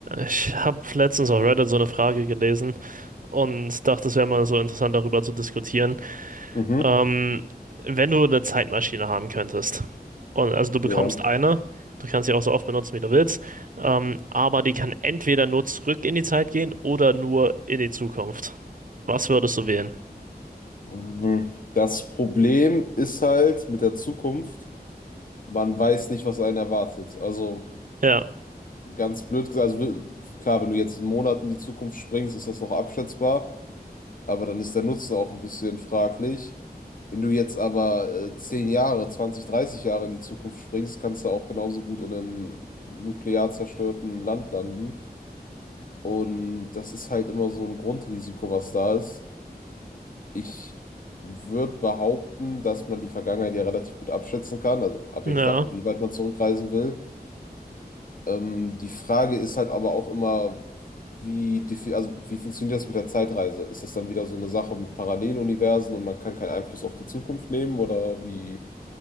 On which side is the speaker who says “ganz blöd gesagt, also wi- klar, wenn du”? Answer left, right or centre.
Left